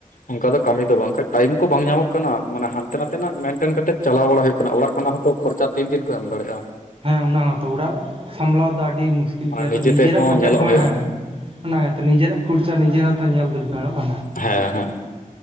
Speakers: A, on the left; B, on the right.
A: ᱚᱝᱠᱟ ᱫᱚ ᱠᱟᱹᱢᱤ ᱫᱚ ᱵᱟᱝᱠᱷᱟᱡ ᱴᱟᱭᱤᱢ ᱠᱚ ᱵᱟᱝ ᱧᱟᱢᱚᱜ ᱠᱟᱱᱟ ᱢᱟᱱᱮ ᱴᱟᱤᱢ ᱠᱚ ᱵᱟᱝ ᱧᱟᱢᱚᱜᱟ ᱠᱟᱱᱟ ᱢᱟᱱᱮ ᱦᱟᱱᱛᱮ ᱱᱷᱟᱛᱮᱱᱟᱜ ᱢᱮᱱᱴᱮᱱ ᱠᱟᱛᱮ ᱪᱟᱞᱟᱣ ᱵᱟᱲᱟ ᱦᱩᱭᱩᱜ ᱠᱟᱱᱟ ᱚᱲᱟᱜ ᱠᱷᱚᱱᱟᱜ ᱦᱚᱸ ᱛᱚ ᱠᱷᱚᱨᱪᱟ ᱛᱤᱱ ᱫᱤᱱ ᱠᱚ ᱮᱢ ᱫᱟᱲᱮᱭᱟᱜᱼᱟ
B: ᱦᱮᱸ ᱚᱱᱟ ᱦᱚᱸᱛᱚ ᱚᱲᱟᱜ ᱥᱟᱢᱵᱞᱟᱣ ᱫᱚ ᱟᱹᱰᱤ ᱢᱩᱥᱠᱤᱞ
A: ᱚᱱᱟ
B: ᱜᱮᱭᱟ
A: ᱱᱤᱡᱮ
B: ᱛᱚ ᱱᱤᱡᱮᱨᱟᱜ
A: ᱛᱮᱦᱚᱸ
B: ᱯᱚᱠᱮᱴ
A: ᱧᱮᱞᱚᱜ
B: ᱢᱟ
A: ᱦᱩᱭᱩᱜᱼᱟ
B: ᱦᱮᱸ ᱚᱱᱟ ᱜᱮᱛᱚ ᱱᱤᱡᱮᱨᱟᱜ ᱠᱷᱚᱨᱪᱟ ᱱᱤᱡᱮ ᱦᱚᱸᱛᱚ ᱧᱮᱞ ᱫᱚᱨᱠᱟᱨᱚᱜᱼᱟ
A: ᱦᱮᱸ ᱦᱮᱸ